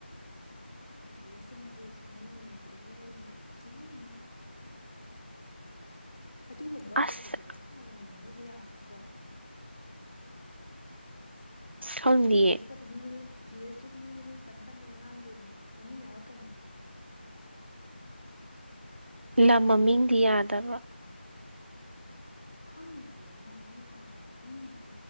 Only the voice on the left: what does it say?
ꯑꯁꯗꯤ ꯁꯤꯃꯗꯤ ꯁꯨꯡꯌꯦꯡ ꯌꯦꯡꯗ꯭ꯔꯦꯍꯦ ꯑꯩ ꯑꯃꯗꯤꯗꯤ ꯁꯨꯡꯌꯦꯡ ꯌꯦꯡꯗ꯭ꯔꯦ ꯑꯗꯨꯒꯨꯝꯕ
ꯇꯣꯄꯤꯛꯇꯨ ꯂꯧꯈꯠꯂꯒ ꯅꯩꯅꯔꯨꯕ ꯌꯥꯒꯗ꯭ꯔꯣ
ꯖꯤ ꯑꯦꯁꯀꯛꯇ ꯃꯤ ꯃꯃꯤꯡ ꯖꯤ ꯑꯦꯁꯇꯨꯗꯤ ꯃꯤ ꯃꯃꯤꯡ ꯄꯟ ꯄꯟꯗꯅ ꯉꯥꯡꯗꯣꯏꯅꯦ ꯃꯃꯤꯡ ꯌꯥꯎꯔꯛꯀꯅꯤ
ꯈꯪꯗꯦ ꯂꯝꯗꯤ ꯌꯥꯕ꯭ꯔꯥ ꯃꯤꯗꯤ